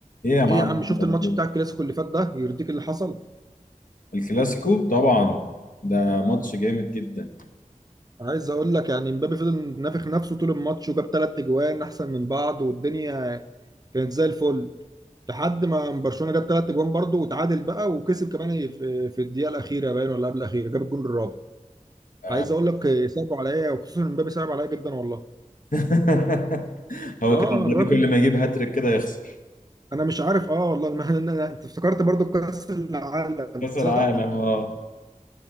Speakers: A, on the left; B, on the right.
A: ايه يا معلم
B: ايه يا عم شفت الماتش بتاع الكلاسيكو اللي فات ده يرضيك اللي حصل
A: الكلاسيكو طبعا ده ماتش جامد جدا
B: عايز اقول لك يعني مبابي فضل نافخ نفسه طول الماتش وجاب ثلاث اجوان احسن من بعض والدنيا كانت زي الفل لحد ما برشلونة جاب ثلاث اجوان برضه وتعادل بقى وكسب كمان في في الدقيقة الأخيرة باين ولا قبل الأخيرة جاب الجون الرابع
A: آه.
B: عايز اقول لك صعب عليا وخصوصا مبابي صعب عليا جدا والله
A: <laughs> هو
B: اه
A: كده النادي
B: الراجل
A: كل ما يجيب هاتريك كده يخسر
B: انا مش عارف اه والله <laughs> ما أنا- أنا- انت افتكرت برضه كأس العالم
A: كاس العالم
B: صح؟
A: اه